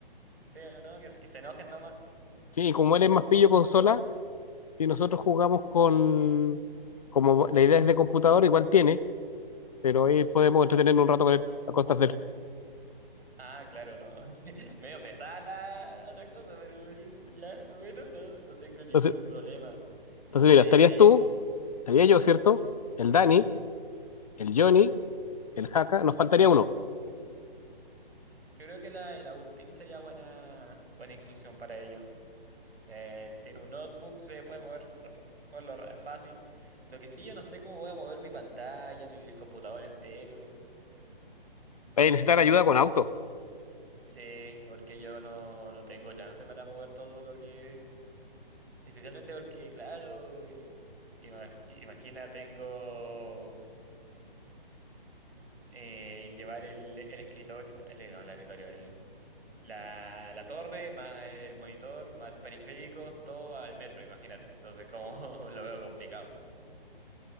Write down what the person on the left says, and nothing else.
Sí, y como él es más pillo consola, si nosotros jugamos con... Como la idea es de computador, igual tiene, pero ahí podemos entretenernos un rato con él, a costas de él.
Entonces,
entonces
mira, estarías tú, estaría yo,
¿cierto? El Dani, el Johnny, el Haka, nos faltaría uno.
Vaya a necesitar ayuda con auto.